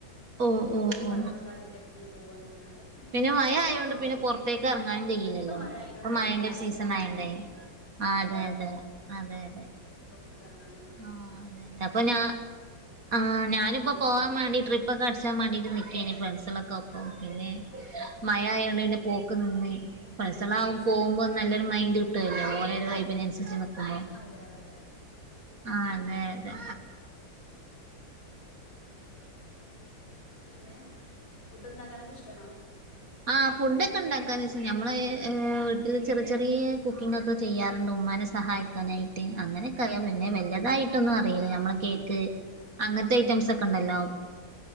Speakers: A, on the right; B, on the left.
A: ഓ ഓ
B: നമ്മൾ പഠനോം
A: ഓ
B: കാര്യാട്ടൊക്കെ ഇങ്ങനെ പോവാന്നല്ലാണ്ട്.
A: പിന്നെ മഴ ആയോണ്ട്
B: അങ്ങനെ പോവില്ല
A: പിന്നെ പൊർത്തേക്ക് എർങ്ങാനും കയ്യില്ലല്ലോ
B: ഇപ്പം മഴ ആയതിനോണ്ട്
A: ഇപ്പ
B: വല്ലാണ്ട്
A: മഴന്റെരു
B: പുറത്തേക്ക്
A: സീസൺ
B: ഇറങ്ങാനും
A: ആയോണ്ടേ. ആഹ് അതെ അതെ അതെ അതെ
B: ത്ത്ക്കർങ്ങാനും
A: ആഹ് അപ്പ ഞാ ആഹ് ഞാന്പ്പോ
B: അത്തിരിക്ക
A: പോവാൻ
B: അത്രേ
A: മാണ്ടി
B: ഉള്ളൂ
A: ട്രി പ്പൊക്കെ അട്ച്ചാൻ മാണ്ടി നിക്കേന് ഫ്രണ്സേളൊക്കൊ പിന്നെ
B: ആഹ് ആഹ്
A: മഴ ആയോണ്ട് പിന്നെ പോക്ക് നിന്ന് ഫ്രണ്ട്സളാവു
B: നിർത്തി വെച്ച്
A: പോകുമ്പോ നല്ലൊരു മയ്ൻ്റ് കിട്ടല്ലോ ഓലൊരു വൈബിനന്സരിച്ച് നിക്ക്മ്പോ.
B: അതെ അതെ അതെ
A: ആഹ് അതെ അതെ
B: പിന്നെ ഫുഡ് ണ്ടാക്കാനൊക്കെ ഇഷ്ടണോ?
A: ആഹ് ഫുഡ്ക്കെണ്ടാക്കാൻ ഞമ്മളെ വീട്ട്ല് ചെറി ചെറിയ കുക്കിംങ്ങോക്കെ ചെയ്യാറ്ണ്ട് ഉമ്മാനെ സഹായിക്കാനായിട്ട് അങ്ങനക്കെ അറിയാം പിന്നെ വല്ല്യതായിട്ടൊന്നും അറിയില്ല നമ്മളെ കേക്ക് അങ്ങൻത്തെ ഐറ്റംസ്
B: ആഹ്
A: ഒക്കെണ്ടല്ലോ